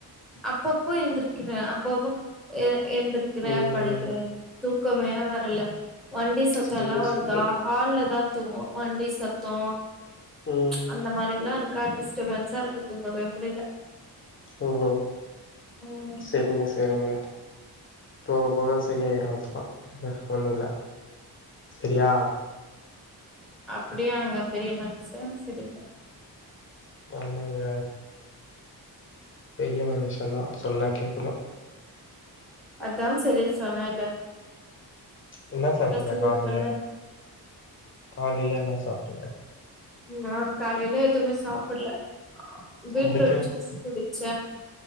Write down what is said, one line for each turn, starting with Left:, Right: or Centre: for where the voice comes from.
Centre: அப்பொ ப்போ எந்திருக்கிற அப்போப்பொ எந்திருக்கிற
Left: ம்
Centre: படுக்குற தூக்கமே வர்ல வண்டி சத்தல்லா
Left: சரி
Centre: வருதா
Left: சரி
Centre: ஹால்லதா தூங்வொ வண்டி சத்தோ
Left: ம்
Centre: அந்த மாரில்லா இருக்கா டிஸ்டபன்ஸார்க்கு தூங்கவே முடில்ல
Left: ம்
Centre: ம்
Left: செரிங்க செரிங்க போக போக சரி செரியாய்ரு அதெல்லா ஒன்னில்ல சரியா
Centre: அப்படியாங்க பெரிய மனுஷா செரி
Left: ஆமாங்க பெரிய மனுஷந்தா சொன்னா கேக்கணு
Centre: அதா சரின் சொன்ன
Left: என்ன சாப்பிட்டீங்க
Centre: சொல்லிருப்பல்ல
Left: காலீல காலீல என்ன சாப்டிங்க
Centre: நா காலைல எதுமே சாப்பிட்ல பீட்ரூட்
Left: இதுக்கு
Centre: ஜூஸ் குடிச்ச